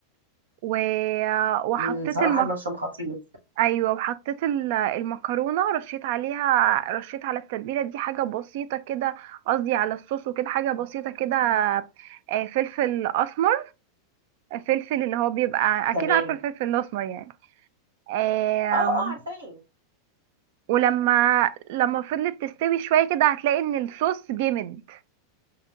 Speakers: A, on the right; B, on the right.
A: و... وحطيت
B: امم صراحه
A: المك...
B: المشروم خطير
A: ايوه وحطيت ال- المكرونه رشيت عليها رشيت على التتبيله دي حاجه بسيطه كده قصدي على الصوص وكده حاجه بسيطه كده آه، فلفل اسمر فلفل اللي هو بيبقى اكيد
B: تمام
A: عارفه الفلفل الاسمر يعني آم،
B: اه اه عارفاه
A: ولما لما فضلت تستوي شويه كده هتلاقي ان الصوص جمد